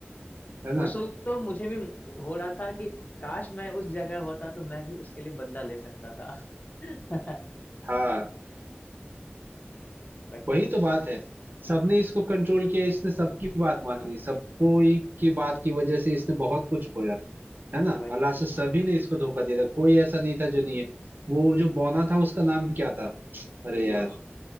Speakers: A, on the right; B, on the left.
A: है ना
B: उस वक्त तो मुझे भी हो रहा था कि काश मैं उस जगह होता तो मैं भी उसके लिए बदला ले सकता था <laughs>
A: हाँ
B: बट
A: वही तो बात है सबने इसको कंट्रोल किया इसने सबकी बात मानी सबको ही की बात की वजह से इसने बहुत कुछ खोया है ना
B: वही
A: और लास्ट में सभी
B: हाँ
A: ने इसको धोखा दिया था कोई ऐसा नहीं था जो नहीं है वो जो बौना था उसका नाम क्या था अरे
B: टिरियन
A: यार